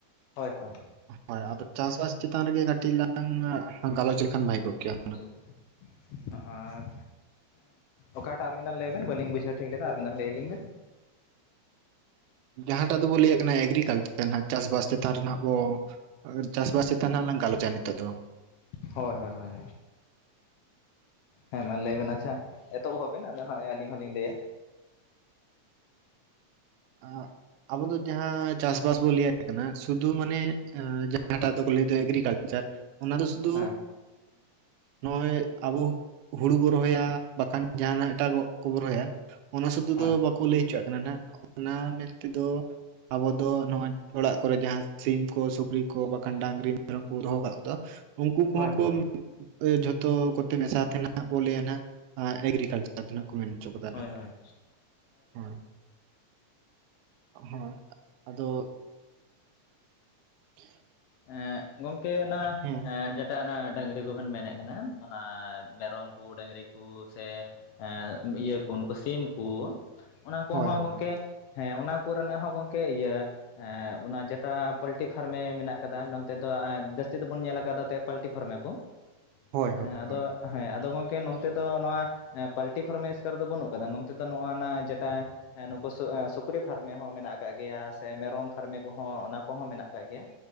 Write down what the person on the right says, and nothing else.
ᱦᱳᱭ ᱟᱫᱚ ᱪᱟᱥᱵᱟᱥ ᱪᱮᱛᱟᱱ ᱨᱮᱜᱮ ᱠᱟᱹᱴᱤᱡ ᱞᱟᱝ ᱜᱟᱞᱚᱪ ᱞᱮᱠᱷᱟᱱ ᱵᱷᱟᱭ ᱠᱚᱜ ᱠᱮᱭᱟ
ᱡᱟᱦᱟᱸᱴᱟᱜ ᱫᱚᱵᱚ ᱞᱟᱹᱭᱮᱫ ᱠᱟᱱᱟ ᱮᱜᱽᱨᱤᱠᱟᱞᱪᱟᱨ ᱨᱮᱱᱟᱜ ᱪᱟᱥᱵᱟᱥ ᱪᱮᱛᱟᱱ ᱨᱮᱱᱟᱜ ᱵᱚ ᱟᱨ ᱪᱟᱥᱵᱟᱥ ᱪᱮᱛᱟᱱ ᱦᱜ ᱞᱟᱝ ᱜᱟᱞᱚᱪᱼᱟ ᱱᱤᱛᱚᱜ ᱫᱚ
ᱟᱜ ᱟᱵᱚ ᱫᱚ ᱡᱟᱦᱟᱸ ᱪᱟᱥᱵᱟᱥ ᱵᱚᱱ ᱞᱟᱹᱭᱟᱭ ᱠᱟᱱᱟ ᱥᱩᱫᱷᱩ ᱢᱟᱱᱮ ᱡᱟᱦᱟᱸᱴᱟᱜ ᱫᱚᱠᱚ ᱞᱟᱹᱭᱫᱟ ᱮᱜᱨᱤᱠᱟᱞᱪᱟᱨ᱾ ᱚᱱᱟ ᱫᱚ ᱥᱩᱫᱩ
ᱱᱚᱜᱼᱚᱭ ᱟᱵᱚ᱾ ᱦᱩᱲᱩ ᱵᱚ ᱨᱚᱦᱚᱭᱟ ᱵᱟᱠᱷᱟᱱ ᱡᱟᱦᱱᱟᱜ ᱮᱴᱟᱜᱚᱜ ᱠᱚᱵᱚ ᱨᱚᱦᱚᱭᱟ ᱚᱱᱟ ᱥᱩᱫᱩ
ᱫᱚ ᱵᱟᱠᱚ ᱞᱟᱹᱭ ᱦᱚᱪᱚᱣᱟᱜ ᱠᱟᱱᱟ ᱚᱱᱟ ᱢᱮᱱᱛᱮᱫᱚ ᱟᱵᱚ ᱫᱚ ᱱᱚᱣᱟᱜ ᱚᱲᱟᱜ ᱠᱚᱨᱮ ᱡᱟᱦᱟᱸ ᱥᱤᱢ ᱠᱚ ᱥᱩᱠᱨᱤ ᱠᱚ ᱵᱟᱠᱷᱟᱱ ᱰᱟᱝᱨᱤ ᱢᱮᱨᱚᱢ ᱠᱚ ᱫᱚᱦᱚ ᱠᱟᱜ ᱠᱚᱫᱟ᱾ ᱩᱱᱠᱩ ᱠᱚᱦᱚᱸ
ᱠᱚ᱾
ᱡᱷᱚᱛᱚ ᱠᱚᱛᱮ ᱢᱮᱥᱟ ᱛᱟᱦᱮᱸᱱᱟᱜ ᱞᱟᱹᱭ ᱟᱜ ᱱᱟᱜ ᱮᱜᱨᱤᱠᱟᱞᱪᱟᱨ ᱢᱮᱱ ᱦᱚᱪᱚ ᱠᱟ
ᱦ
ᱦᱳᱭ ᱦᱚᱭ ᱟᱫᱚ <inaudible>
ᱦᱮᱸ
ᱦᱳᱭ ᱦᱳᱭ
ᱦᱳᱭ
ᱦᱳᱭ
ᱦᱳᱭ ᱦᱳᱭ